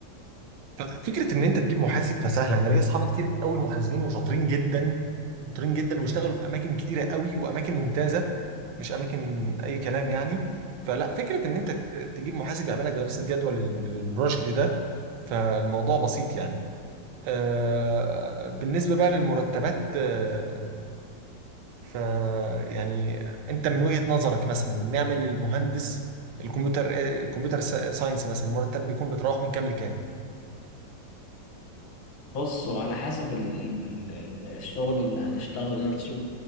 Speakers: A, on the right; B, on the left.
A: ففكره ان انت تجيب محاسب فسهله انا ليا اصحاب كتير قوي محاسبين وشاطرين جدا شاطرين جدا واشتغلوا في اماكن كتيره قوي واماكن ممتازه مش اماكن اي كلام يعني فلا فكره ان انت ت- تجيب محاسب يعمل لك دراسه جدوى لل- للبروجكت ده فالموضوع بسيط يعني آه، بالنسبه بقى للمرتبات آه، ف يعني انت من وجهه نظرك مثلا نعمل المهندس الكمبيوتر آه، الكمبيوتر سا- ساينس مثلا المرتب بيكون بيتراوح من كام لكام
B: بص وعلى حسب ال ال ال ال- الشغل اللي هنشتغله نفسه